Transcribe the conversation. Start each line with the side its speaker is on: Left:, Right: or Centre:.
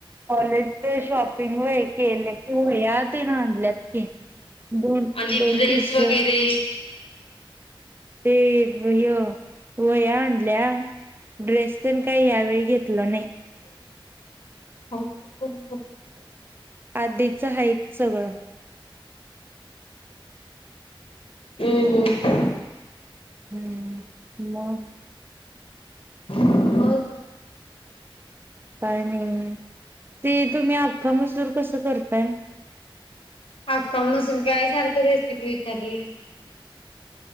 Right: कॉलेज शॉपिंग व एक के या दे ना आणल्यात दोन
Left: आणि
Right: दोन
Left: ड्रेस
Right: तीस
Left: वगैरे
Right: ते व वया्या आणल्या ड्रेस पण काही यावेळी घेतला नाही
Left: <unintelligible>
Right: आधीच हायत सगळं
Left: हम्म हम्
Right: हम्म मग
Left: हो
Right: काय नाही ते तुम्ही अख्खा मजूर कसं करताय
Left: अक्का मसलगय सारख रेसिपी विचारलेली असेल